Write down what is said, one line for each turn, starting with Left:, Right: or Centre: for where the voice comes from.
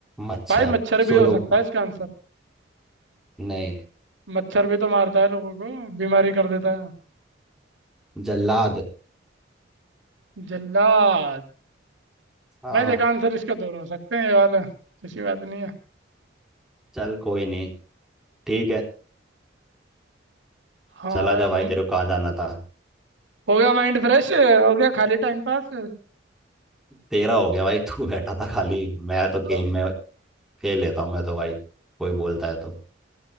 Centre: मच्छर
Right: भाई मच्छर
Centre: सौ
Right: भी हो
Centre: लोगों
Right: सकता
Centre: को
Right: है इसका आंसर
Centre: नहीं
Right: मच्छर भी तो मारता है लोगों को बीमारी कर देता है
Centre: जल्लाद
Right: जल्लाद
Centre: हाँ
Right: भाई देखो आंसर इसका दो हो सकते हैं ये वाला ऐसी बात नहीं है
Centre: चल कोई नहीं ठीक है
Right: हाँ
Centre: चला जा
Right: भाई, म-
Centre: भाई तेरे को कहाँ जाना था
Right: हो गया माइंड फ्रेश हो गया खाली टाइम पास
Centre: तेरा हो गया भाई तू बैठा था खाली मैं तो गेम
Right: तो
Centre: में खेल लेता हूँ मैं तो भाई कोई बोलता है तो